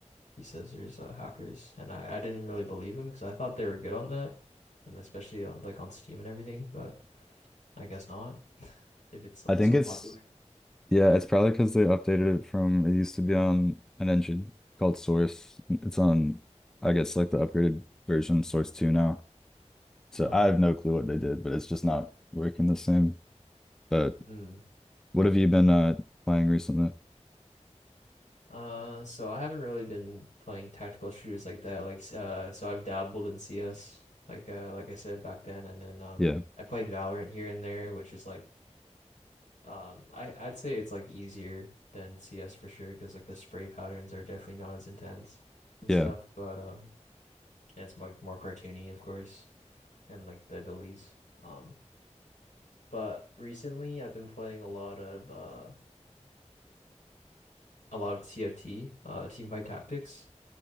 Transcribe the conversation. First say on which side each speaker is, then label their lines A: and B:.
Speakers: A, on the left; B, in the centre.
A: he says there's uh, hackers, and I I didn't really believe him because I thought they were good on that, and especially uh, like on Steam and everything, but I guess not if it's like
B: I think
A: so
B: it's
A: popular.
B: Yeah, it's probably because they updated it from it used to be on an engine called Source. It's on, I guess, like the upgraded version Source 2 now. So
A: Uh-huh.
B: I have no clue what they did, but it's just not working the same. But
A: Mm.
B: what have you been uh playing recently?
A: Uh, so I haven't really been playing tactical shooters like that. Like, uh, so I've dabbled in CS, like, uh, like I said back then, and then um,
B: Yeah,
A: I played Valorant here and there, which is like, um, I I'd say it's like easier than CS for sure, because like the spray patterns are definitely not as intense and
B: yeah.
A: stuff,
B: Is
A: but um, and it's more more cartoony, of course, and like the abilities. Um, but recently I've been playing a lot of uh a lot of TFT, uh, Teamfight Tactics.